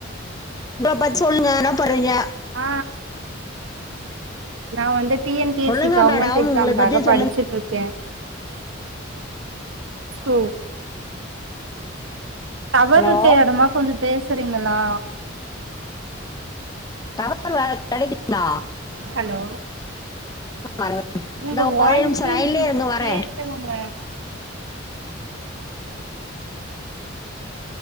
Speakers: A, on the left; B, on the right.
A: உங்களா பத்தி சொல்லுங்க என்ன பண்ணுறீங்க
B: ஆ நா வந்து டிஎன் பிசி
A: சொல்லுங்க
B: கவர்மெண்ட்
A: மேடம்
B: எக்ஸாம்க்காக
A: உங்கள பத்தி
B: படிச்சு
A: சொல்லுங்க
B: இருக்க சோ டவர்
A: ஹலோ
B: இருக்குற இடமா கொஞ்ச பேசுறீங்களா
A: டவர் வேற கிடைக்கலயா
B: ஹலோ
A: வரே
B: உங்க
A: இந்தா
B: வாய்சே
A: ஒரே நிமிஷோ லைன்லயே
B: எனக்கு
A: இருங்க வரே
B: கேகலங்க